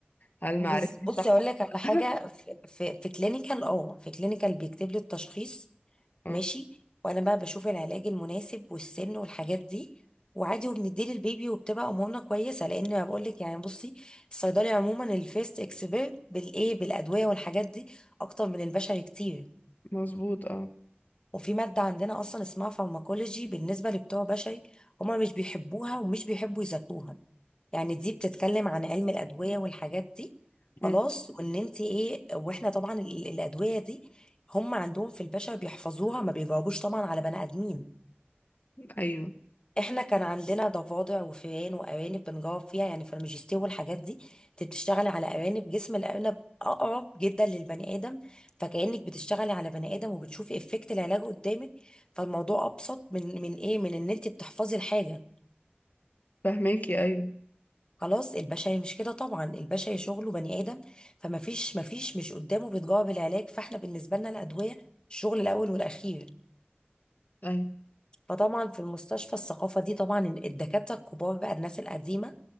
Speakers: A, on the left; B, on the left.
A: هل
B: بص-
A: معرفتي
B: بصي
A: صح
B: اقول لك على حاجة
A: <laughs>
B: في في, في كلينيكال اه في كلينيكال بيكتب لي التشخيص
A: اه
B: ماشي وانا بقى بشوف العلاج المناسب والسن والحاجات دي وعادي وبنديه للبيبي وبتبقى امورنا كويسه لان انا بقول لك يعني بصي الصيدلي عموما الفيست اكسبيرت بالايه بالادويه والحاجات دي اكتر من البشري كتير
A: مظبوط اه
B: وفي مادة عندنا أصلا اسمها فارماكولوجي بالنسبة لبتوع بشري هما مش بيحبوها ومش بيحبوا يذاكروها يعني دي بتتكلم عن علم الأدوية والحاجات دي
A: مم،
B: خلاص وإن أنت إيه وإحنا طبعا ال- الأدوية دي هم عندهم في البشر بيحفظوها ما بيجاوبوش طبعا على بني آدمين
A: ايوه
B: احنا كان عندنا ضفادع وفئران وارانب بنجاوب فيها يعني في الماجستير والحاجات دي انت بتشتغلي على ارانب جسم الارنب اقرب جدا للبني ادم فكانك بتشتغلي على بني ادم وبتشوفي افكت العلاج قدامك فالموضوع ابسط من من ايه من ان انت بتحفظي الحاجه
A: فهماكي ايوه
B: خلاص البشري مش كده طبعا البشري شغله بني ادم فما فيش ما فيش مش قدامه بيتجاوب العلاج فاحنا بالنسبه لنا الادويه الشغل الاول والاخير
A: ايوه
B: فطبعا في المستشفى الثقافة دي طبعا الدكاترة الكبار بقى الناس القديمة